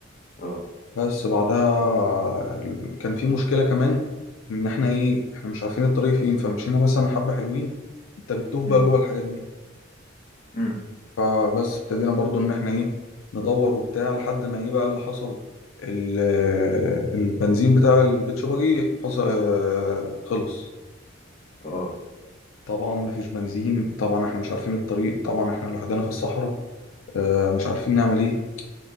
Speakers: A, on the left; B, on the left.
A: اه
B: بس بعدها آه، كان في مشكلة كمان ان احنا ايه احنا مش عارفين الطريق فين فمشينا مثلا حبة حلوين انت بتتوه
A: مم.
B: بقى جوه الحاجات دي
A: مم.
B: فبس ابتدينا برضو ان احنا ايه ندور وبتاع لحد ما ايه بقى اللي حصل ال- البنزين بتاع البيت شباجي فص... آه، خلص
A: اه
B: طبعا مفيش بنزين طبعا احنا مش عارفين الطريق طبعا احنا لوحدنا في الصحراء آه، مش عارفين نعمل ايه